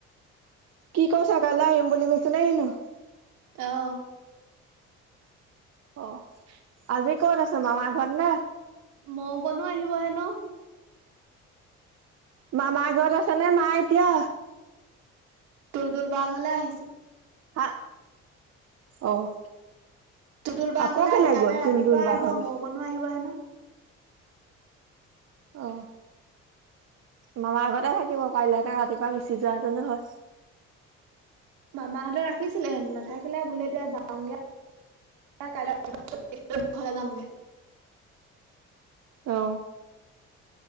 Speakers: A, on the right; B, on the right.
A: কি কৈছ কাইলে আহিম বুলি কৈছে নে কিনো?
B: অ'।
A: অ' আজি ক'ত আছ? মামা ঘত নে?
B: মৌকণো আহিব হেনো।
A: মামাৰ ঘৰত আছে নে মা এতিয়া?
B: তুলতুল বা ঘৰলে আহিছে৷
A: আ, অ'৷
B: তুলতুল বা
A: আকৌ
B: ঘৰলে
A: কেলে
B: আহি, কাইলে
A: গ'ল
B: ৰাতিপুৱা
A: তুলতুল বা
B: আহিব,
A: ঘৰলে
B: মৌকণো আহিব হেনো।
A: অ'। মামাৰ ঘৰতে থাকিব পাৰিলেহেতে, ৰাতিপুৱা গুচি যোৱা হেতেনো হয়৷
B: মামাহঁতে ৰাখিছিলে হেনো৷ নাথাকিলে, বোলে এতিয়া যাওঁগে আ। কাইলে <unintelligible> ঘৰলে যামগে৷
A: অ'।